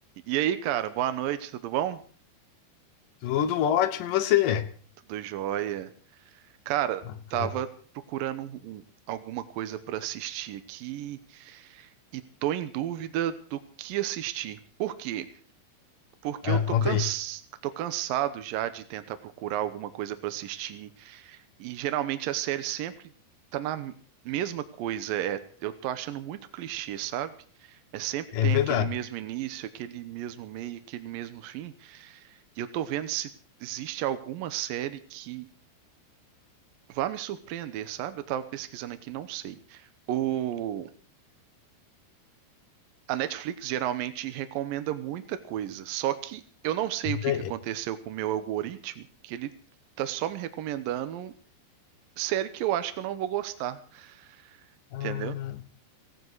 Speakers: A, on the right; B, on the left.
A: E aí, cara, boa noite, tudo bom?
B: Tudo ótimo, e você?
A: Tudo jóia. Cara,
B: Bacana.
A: tava procurando um- um, alguma coisa pra assistir aqui e tô em dúvida do que assistir. Por quê? Porque
B: Ah,
A: eu tô,
B: conta
A: cans...
B: aí.
A: tô cansado já de tentar procurar alguma coisa pra assistir e geralmente a série sempre tá na m- mesma coisa. É, eu tô achando muito clichê, sabe? É sempre
B: É
A: tem
B: verdade.
A: aquele mesmo início, aquele mesmo meio, aquele mesmo fim. E eu tô vendo se existe alguma série que vai me surpreender, sabe? Eu tava pesquisando aqui, não sei. O... A Netflix geralmente recomenda muita coisa, só que eu não sei o que
B: É-
A: que aconteceu
B: é-
A: com o meu algoritmo, que ele tá só me recomendando série que eu acho que eu não vou gostar,
B: Ah,
A: entendeu?